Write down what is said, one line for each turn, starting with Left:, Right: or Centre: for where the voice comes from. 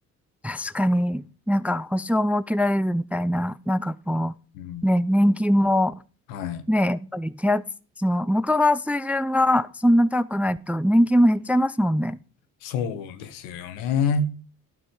Centre: 確かになんか保証も受けられるみたいな、なんかこう、
Left: うん
Centre: ね、年金も
Left: はい。
Centre: ね、やっぱり手厚、その元が水準がそんな高くないと年金も減っちゃいますもんね。
Left: そうですよね。